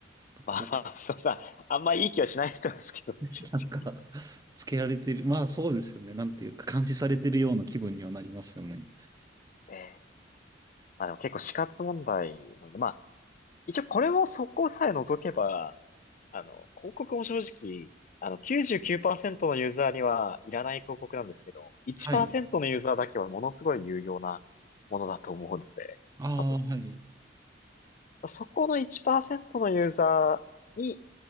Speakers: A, on the left; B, on the right.
A: まあまあ、
B: こう、
A: そうさ、あんまいい気はしない人ですけどね、
B: <laughs>
A: 正直。
B: なんか <laughs>、つけられてる。まあ、そうですよね。なんていうか、監視されてるような気分にはなりますよね。
A: えーまあでも結構死活問題なので、まあ、一応これもそこさえ除けば、あの、広告も正直、あの、99%のユーザーにはいらない広告なんですけど、1%
B: はい。
A: のユーザーだけはものすごい有用なものだと思うので、
B: ああ、
A: 多分。
B: はい。
A: そこの1%のユーザーに、